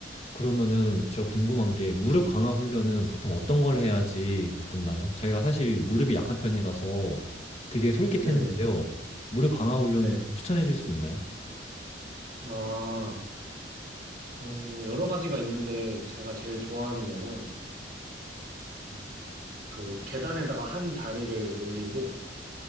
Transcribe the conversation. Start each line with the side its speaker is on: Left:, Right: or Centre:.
Left: 그러면은 저 궁금한 게 무릎 강화 훈련은 보통 어떤 걸 해야지 좋나요? 제가 사실 무릎이 약한 편이라서 되게 솔깃했는데요.
Right: 네네.
Left: 무릎 강화 훈련
Right: 네.
Left: 추천해 줄 수 있나요?
Right: 아, 어, 여러 가지가 있는데 제가 제일 좋아하는 거는 음, 그 계단에다가 한 다리를 올리고